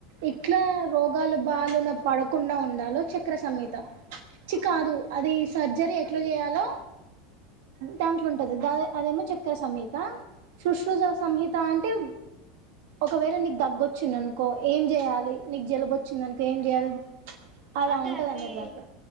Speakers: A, on the right (about 60°); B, on the right (about 20°).
A: ఇట్లా రోగాలు బాాలున పడకుండా ఉండాలో చె చక్ర సమేత చి
B: ఆ
A: కాదు అది సర్జరీ ఎట్లా చేయాలో దాంట్లో ఉంటది దా అదేమో చక్కె సమేత శుశ్రుజ సంహిత అంటే ఒకవేళ నీకు తగ్గొచ్చిం అనుకో ఏం చేయాలి నీకు జలబొచ్చ వచ్చి దాక ఏం చేయాలి
B: ఓ
A: అలా
B: అంటే
A: ఉంటదంట
B: అన్ని
A: దాకా